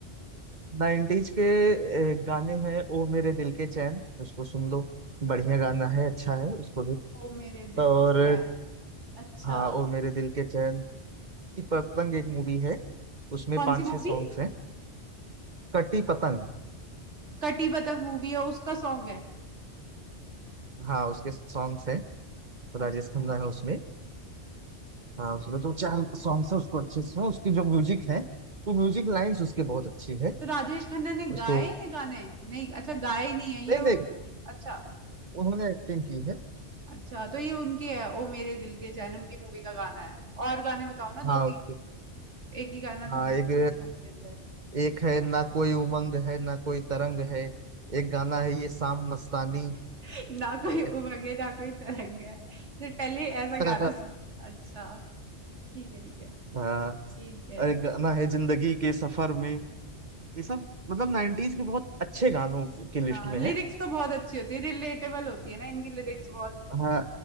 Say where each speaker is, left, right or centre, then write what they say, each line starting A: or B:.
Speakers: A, on the right; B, on the right.
A: नाइन्टीज के ए, गाने हैं ओ मेरे दिल के चैन उसको सुन लो बढ़िया गाना है अच्छा है उसको भी
B: ओ मेरे दिल
A: और
B: के चैन अच्छा
A: हाँ ओ मेरे दिल के चैन कटी पतंग एक मूवी है उसमें
B: कौन
A: पांच
B: सी मूवी
A: छह सॉन्ग्स हैं कटी पतंग
B: कटी बतक मूवी है उसका सॉन्ग है
A: हाँ उसके सॉन्ग्स हैं
B: अच्छा
A: राजेश खन्ना है उसमें हाँ उसमें जो चार सॉन्ग्स है उसको अच्छे से सुनो उसकी जो म्यूजिक है वो म्यूजिक लाइंस उसके बहुत अच्छी है
B: तो राजेश खन्ना ने गाए
A: उसको
B: हैं ये गाने नहीं अच्छा गाए नहीं है ये
A: नहीं
B: वो
A: नहीं
B: अच्छा
A: उन्होंने एक्टिंग की है
B: अच्छा तो ये उनकी है ओ मेरे दिल के चैन उनकी मूवी का गाना है और गाने बताओ ना
A: हाँ
B: दो
A: उनके-
B: तीन एक ही गाना थोड़ी
A: हाँ
B: ना
A: एक
B: सुनती रहूंगी दिन भर
A: एक है ना कोई उमंग है ना कोई तरंग है एक गाना है ये शाम मस्तानी
B: <laughs> ना कोई
A: ये-
B: उमंग है ना कोई तरंग है तो पहले ऐसा
A: <laughs>
B: गाना सुन अच्छा ठीक है ठीक है
A: हाँ
B: ठीक है
A: और एक गाना है जिंदगी के सफर में ये सब मतलब नाइनटीज के बहुत अच्छे गानों की लिस्ट
B: हाँ
A: में
B: लिरिक्स
A: है
B: तो बहुत अच्छी होती है रिलेटेबल होती है ना इनकी लिरिक्स बहुत
A: हाँ